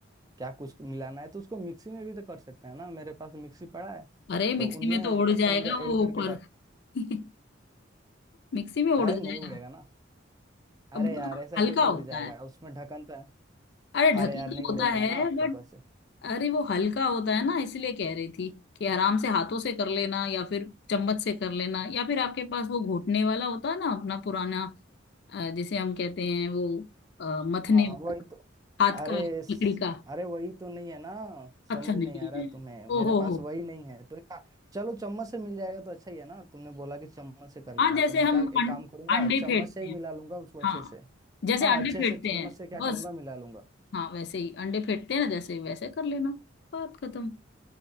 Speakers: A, on the right; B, on the left.
A: क्या कुछ मिलाना है तो उसको मिक्सी में भी तो कर सकते हैं ना मेरे पास मिक्सी पड़ा है
B: अरे मिक्सी
A: तो उनमें
B: में तो उड़
A: क्या
B: जाएगा
A: करूंगा ऐड
B: वो
A: करके
B: ऊपर
A: डाल
B: <laughs> मिक्सी में उड़
A: अरे
B: जाएगा
A: नहीं उड़ेगा ना अरे
B: अब
A: यार
B: वो
A: ऐसा
B: हल्का
A: कैसे उड़
B: होता
A: जाएगा
B: है
A: उसमें ढक्कन तो है
B: अरे ढक्कन
A: अरे यार नहीं
B: तो
A: उड़ेगा
B: होता है
A: ना
B: बट
A: ऊपर से
B: अरे वो हल्का होता है ना इसलिए कह रही थी कि आराम से हाथों से कर लेना या फिर चम्मच से कर लेना या फिर आपके पास वो घोटने वाला होता है ना अपना पुराना अ, जिसे हम कहते हैं वो अ, मथने
A: हाँ वही तो
B: हाथ
A: अरे
B: का लकड़ी
A: स-
B: का
A: अरे वही तो नहीं है ना
B: अच्छा
A: समझ
B: नहीं
A: नहीं आ रहा है
B: है
A: तुम्हें
B: ओ
A: मेरे
B: हो
A: पास
B: हो
A: वही नहीं है तो एक का- चलो चम्मच से मिल जाएगा तो अच्छा ही है ना तुमने बोला कि चम्मच से कर लेना
B: हाँ जैसे
A: तो मैं
B: हम
A: क्या
B: अं-
A: एक काम करूंगा
B: अंडे
A: चम्मच
B: फेंटते
A: से ही मिला
B: हैं
A: लूंगा उसको अच्छे
B: हाँ
A: से
B: जैसे
A: हाँ
B: अंडे
A: अच्छे
B: फेंटते
A: से चम्मच
B: हैं
A: से क्या
B: बस
A: करूंगा मिला लूंगा
B: हाँ वैसे ही अंडे फेंटते हैं ना जैसे वैसे कर लेना बात खत्म